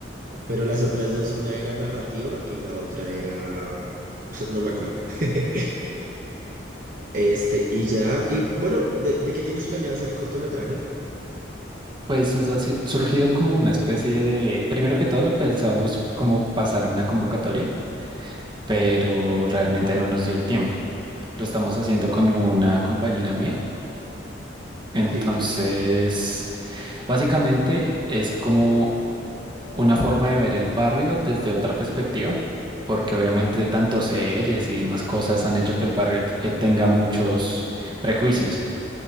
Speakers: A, on the right; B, on the right.
A: pero las otras dos, una era narrativa y la otra era... <laughs> No me acuerdo. <laughs> Este, y ya, y bueno, ¿de, de qué tienes planeado hacer el cortometraje?
B: Pues eso ha si- surgido como una especie de, primero que todo lo pensábamos como pasar a una convocatoria, pero realmente no nos dio el tiempo. Lo estamos haciendo con una compañera mía. Entonces,
A: Sí.
B: básicamente es como una forma de ver el barrio desde otra perspectiva, porque obviamente tanto series y demás cosas han hecho que el barrio eh, tenga muchos prejuicios.